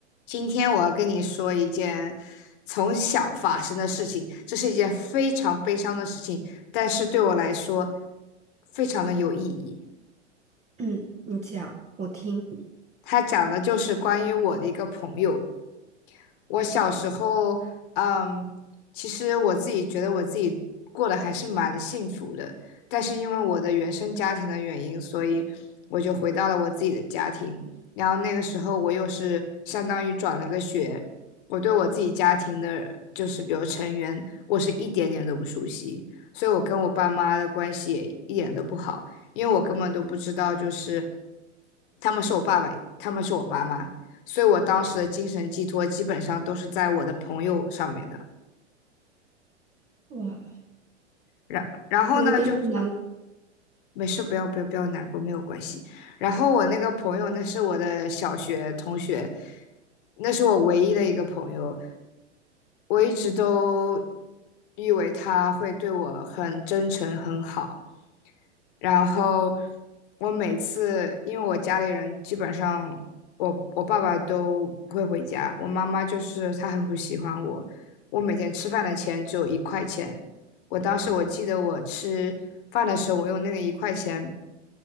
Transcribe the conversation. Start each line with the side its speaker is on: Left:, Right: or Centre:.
Left: 今天我要跟你说一件从小发生的事情，这是一件非常悲伤的事情，但是对我来说非常的有意义。
Right: 嗯，你讲，我听，
Left: 它讲的就是关于我的一个朋友，我小时候，嗯，其实我自己觉得我自己过得还是蛮幸福的，但是因为我的原生家庭的原因，所以我就回到了我自己的家庭。然后那个时候我又是相当于转了个学，我对我自己家庭的，就是比如成员，我是一点点都不熟悉，所以我跟我爸妈的关系也一点都不好，因为我根本都不知道就是他们是我爸爸，他们是我妈妈。所以我当时的精神寄托基本上都是在我的朋友上面的。
Right: 哇，
Left: 然然后呢，
Right: 有一点点难过
Left: 就没事，不要不要不要难过，没有关系。然后我那个朋友，那是我的小学同学，那是我唯一的一个朋友。我一直都以为他会对我很真诚、很好，然后我每次，因为我家里人基本上我我爸爸都不会回家，我妈妈就是她很不喜欢我。我每天吃饭的钱只有一块钱，我当时我记得我吃饭的时候，我用那个一块钱，